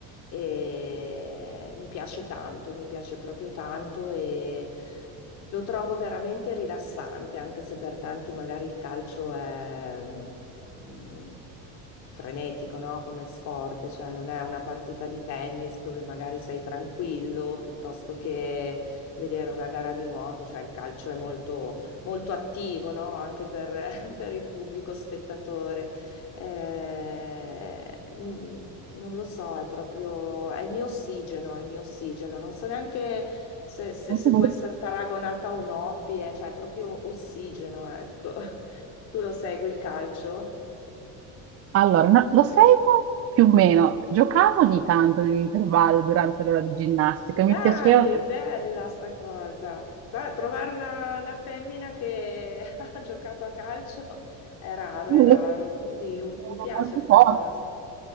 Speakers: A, on the left; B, on the right.
A: e mi piace tanto, mi piace proprio tanto e lo trovo veramente rilassante, anche se per tanti magari il calcio è... mm, frenetico, no? Come sport, cioè non è una partita di tennis dove magari sei tranquillo piuttosto che vedere una gara di nuoto, cioè il calcio è molto molto attivo, no? Anche per, <laughs> per il pubblico spettatore. Eh, mi- non lo so, è proprio, è il mio ossigeno, è il mio ossigeno. Non so neanche se, se-
B: Molto
A: se
B: bello.
A: può essere paragonata a un hobby, eh, Cioè, è proprio ossigeno, ecco. <laughs> Tu lo segui il calcio?
B: Allora, no- lo seguo più o meno. Giocavo ogni tanto nell'intervallo durante l'ora di ginnastica,
A: Dai,
B: mi piaceva perché...
A: bella sta cosa. Tra- Trovare una, una femmina che <laughs> ha giocato a calcio è raro,
B: Le-
A: è raro, quindi uh,
B: Erano
A: mi piace
B: molto
A: sta
B: poche,
A: cosa.